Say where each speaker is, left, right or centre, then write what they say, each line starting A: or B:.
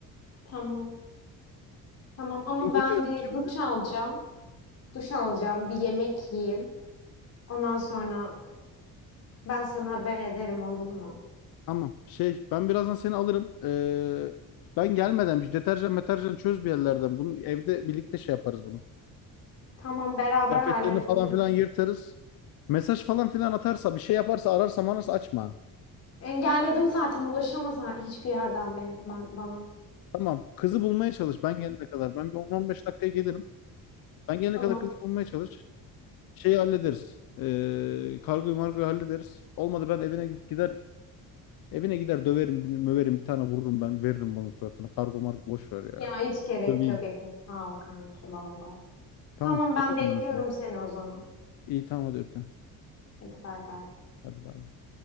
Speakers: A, on the left (about 45°); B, on the left (about 75°).
A: Tamam. Tamam ama
B: Ben geliyorum
A: ben bir
B: şimdi.
A: duş alacağım. Duş alacağım, bir yemek yiyeyim. Ondan sonra ben sana haber ederim olur mu?
B: Tamam şey ben birazdan seni alırım. Ee, ben gelmeden bir deterjan meterjan çöz bir yerlerden. Bunu evde birlikte şey yaparız bunu.
A: Tamam beraber
B: Kıyafetlerini
A: halledelim.
B: falan filan yırtarız. Mesaj falan filan atarsa bir şey yaparsa ararsa manarsa açma.
A: Engelledim zaten ulaşamaz ha- hiçbir yerden ben, ben bana.
B: Tamam kızı bulmaya çalış ben gelene kadar. Ben bir 10-15 dakikaya gelirim. Ben gelene
A: Tamam.
B: kadar kızı bulmaya çalış. Şeyi hallederiz. Ee, kargoyu margoyu hallederiz. Olmadı ben evine gid- gider evine gider döverim, bir- möverim bir tane vururum ben veririm bunun suratına. Kargo margo boş ver ya.
A: Ya hiç gerek
B: Döveyim.
A: yok Ekin. Sağ ol kanki valla.
B: Tamam.
A: Tamam ben
B: Geliyorum
A: bekliyorum
B: ben o zaman.
A: seni o zaman.
B: İyi tamam hadi öpüyorum.
A: Hadi bay bay.
B: Hadi bay. bay.